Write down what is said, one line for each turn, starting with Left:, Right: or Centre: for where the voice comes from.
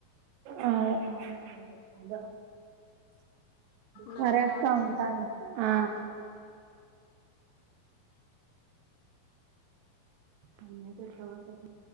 Right: అదే
Left: నా
Right: సరే
Left: కూడా వినబడుతుందా
Right: అక్క ఉంటన ఆ
Left: ఓకే రా
Right: ఆ మెసేజ్ కవర్ కర్లీ